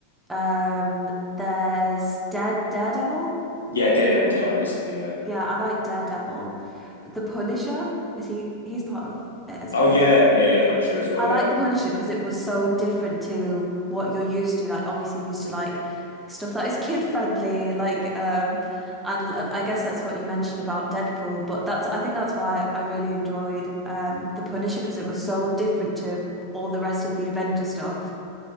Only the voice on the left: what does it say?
Yeah, Daredevil came out recently. Yeah.
Oh
yeah, yeah, yeah. Punisher as well.
Yeah.